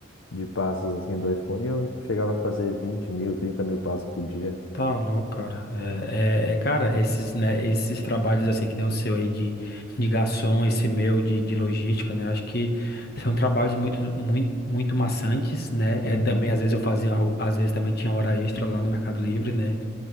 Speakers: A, on the left; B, on the left.
A: de passos assim do iPhone eu chegava a fazer vinte mil, trinta mil passos por dia.
B: Tá louco, cara. É, é- é, cara, esses, né, esses trabalhos assim que nem o seu aí de, de garçom, esse meu de, de logística, né? Acho que são trabalhos muito, muito, muito maçantes, né? É
A: Uhum,
B: também às vezes eu fazia, al- às vezes também tinha hora extra lá no Mercado Livre, né?